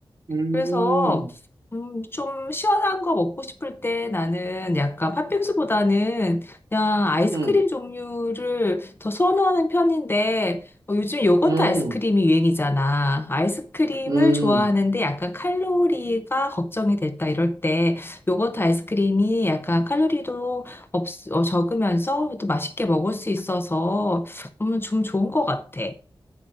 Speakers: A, on the right; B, on the left.
A: 음,
B: 그래서 음, 좀 시원한 거 먹고 싶을 때 나는 약간 팥빙수보다는 그냥 아이스크림
A: 음,
B: 종류를 더 선호하는 편인데 어, 요즘 요거트
A: 음.
B: 아이스크림이 유행이잖아. 아이스크림을
A: 음.
B: 좋아하는데 약간 칼로리가 걱정이 됐다 이럴 때 요거트 아이스크림이 약간 칼로리도 없, 어, 적으면서 또 맛있게 먹을 수 있어서 음, 좀 좋은 것 같아.